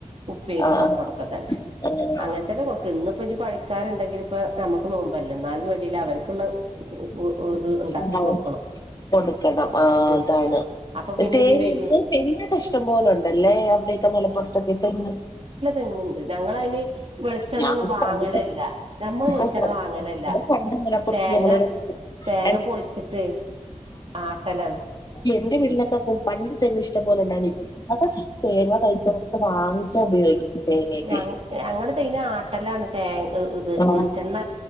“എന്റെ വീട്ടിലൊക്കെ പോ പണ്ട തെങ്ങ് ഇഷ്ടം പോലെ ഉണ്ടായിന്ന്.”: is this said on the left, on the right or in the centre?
Left